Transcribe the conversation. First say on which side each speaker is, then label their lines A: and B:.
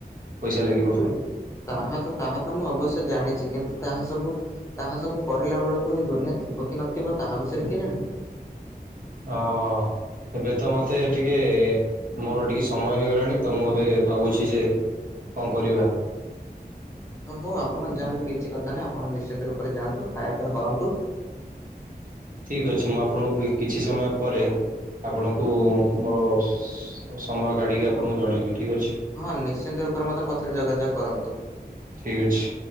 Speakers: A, on the right; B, on the left.
A: ପଇସା ଲାଗିବ
B: ହୁଁ ତାହା ତ ତାହା ତ ମୁଁ ଅବଶ୍ୟ ଜାଣିଚି। କିନ୍ତୁ, ତାହା ସବୁ ତାହା ସବୁ କରିଲା ବେଳକୁ ଏ ଦୁନିଆ ଥିବ କି ନଥି ଥିବ ତାହା ବିଷୟରେ କିଏ ଜାଣେ?
A: ଓହୋ ଏବେ ତ ମତେ ଟିକେ-ଏ, ମୋର ଟିକେ ସମୟ ହେଇଗଲାଣି ତ ମୁଁ ଏବେ ଭାବୁଚି ଯେ କଅଁ କରିବା?
B: ଓହୋ ଆପଣ ଯାଆନ୍ତୁ କିଛି କଥା ନାହିଁ, ଆପଣ ନିଶ୍ଚିନ୍ତ ରୂପ ଯାଆନ୍ତୁ ଖାଇବା ପିଇବା କରନ୍ତୁ।
A: ଠିକ୍ ଅଛି ମୁଁ ଆପଣଙ୍କୁ କିଛି ସମୟ ପରେ ଆପଣଙ୍କୁ ମୋର ସମୟ କାଢିକି ଆପଣଙ୍କୁ ଜଣେଇବି। ଠିକ୍ ଅଛି
B: ହଁ ନିଶ୍ଚିନ୍ତ ରୂପରେ ମତେ ପଛରେ ଯୋଗାଯୋଗ କରନ୍ତୁ।
A: ଠିକ୍ ଅଛି।